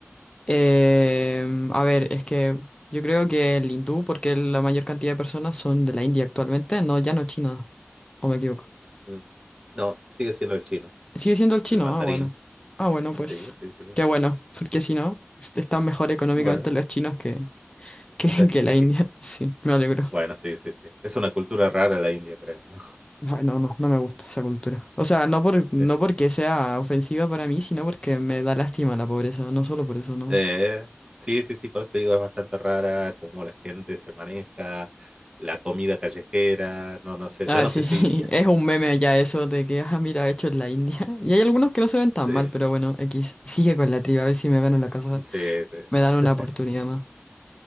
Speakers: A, on the left (about 20°); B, on the right (about 15°).
A: Em, a ver, es que yo creo que el hindú, porque la mayor cantidad de personas son de la India actualmente, no, ya no China, o me equivoco.
B: Mm, No, sigue siendo el chino,
A: Sigue siendo el chino,
B: el mandarín.
A: ah, bueno. Ah, bueno, pues
B: Sí, sí, sí.
A: qué bueno, porque si no, est- están mejor económicamente
B: Bueno,
A: los chinos que, <laughs> que,
B: <laughs>
A: que
B: sí.
A: la India. Sí, me alegro.
B: Bueno, sí, sí, sí. Es una cultura rara la India, creo, ¿no?
A: Bueno, no, no no me gusta esa cultura. O sea, no por, no
B: <laughs>
A: porque sea ofensiva para mí, sino porque me da lástima la pobreza, no solo por eso nomás.
B: Eh, sí, sí, sí, por eso te digo, es bastante rara cómo la gente se maneja, la comida callejera, no, no sé,
A: Ah,
B: yo no
A: sí,
B: sé
A: sí,
B: si iría.
A: <laughs> es un meme ya eso de que, ah, mira, hecho en la India. <laughs> Y hay algunos que no se ven tan
B: Sí,
A: mal, pero bueno, X, sigue con la triba, a ver si me gano la casa,
B: sí, sí.
A: me dan
B: <laughs>
A: una oportunidad más.